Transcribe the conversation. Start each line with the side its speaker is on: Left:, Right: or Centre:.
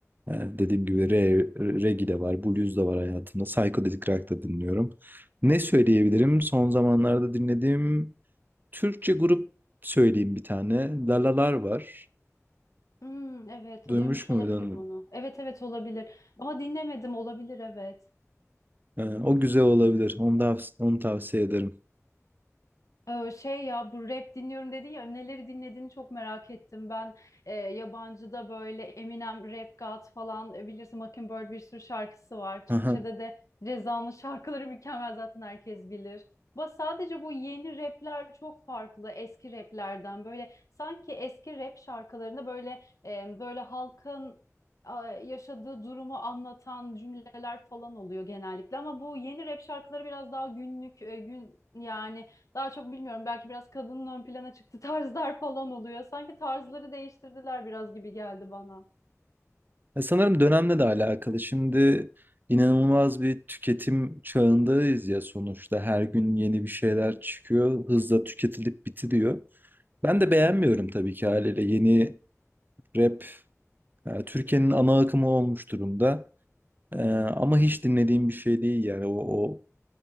Right: E, dediğim gibi re, reggae de var, blues da var hayatımda. Psychedelic rock da dinliyorum. Ne söyleyebilirim? Son zamanlarda dinlediğim Türkçe grup söyleyeyim bir tane. Lalalar var.
Left: Hmm, evet
Right: Duymuş
Left: duymuş
Right: muydun?
Left: olabilirim onu. Evet evet olabilir ama dinlemedim olabilir evet.
Right: E, o güzel olabilir. Onu da, onu tavsiye ederim.
Left: Ee, Şey ya bu rap dinliyorum dedin ya neleri dinlediğini çok merak ettim. Ben e, yabancıda böyle Eminem, Rap God falan e, bilirsin Mockingbird bir sürü şarkısı var. Türkçe'de
Right: <laughs>
Left: de Reza'nın <laughs> şarkıları mükemmel zaten herkes bilir. Ama sadece bu yeni rapler çok farklı eski raplerden. Böyle sanki eski rap şarkılarında böyle e, böyle halkın a, yaşadığı durumu anlatan cümleler falan oluyor genellikle ama bu yeni rap şarkıları biraz daha günlük e, gün yani daha çok bilmiyorum belki biraz kadının ön plana çıktı <laughs> tarzlar falan oluyor. Sanki tarzları değiştirdiler biraz gibi geldi bana.
Right: Ya sanırım dönemle de alakalı. Şimdi inanılmaz bir tüketim çağındayız ya sonuçta. Her gün yeni bir şeyler çıkıyor, hızla tüketilip bitiriyor. Ben de beğenmiyorum tabii ki haliyle yeni rap e, Türkiye'nin ana akımı olmuş durumda. E, ama hiç dinlediğim bir şey değil yani o, o